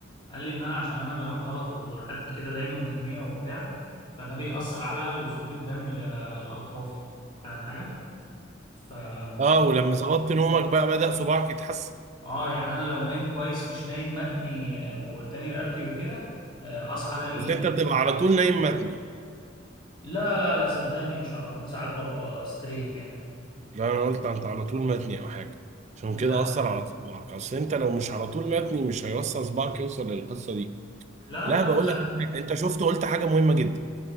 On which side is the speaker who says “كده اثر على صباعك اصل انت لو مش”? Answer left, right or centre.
Right